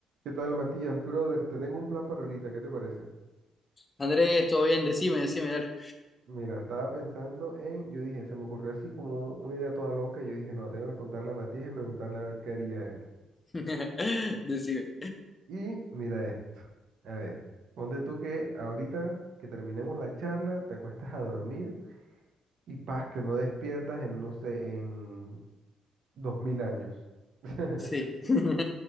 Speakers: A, on the right; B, on the left.
A: ¿Qué tal, Matías? Brother, te tengo un plan para ahorita, ¿qué te parece?
B: Andrés, todo bien, decime, decime, dale.
A: Mira, estaba pensando en, yo dije, se me ocurrió así como una idea toda loca, y yo dije, no, tengo que contarle a Matías y preguntarle a ver qué haría él.
B: <laughs> Decime.
A: Y mira esto, a ver, ponte tú que ahorita que terminemos la charla, te acuestas a dormir y paz, que no despiertas en, no sé, en dos mil años. <laughs>
B: Sí. <laughs>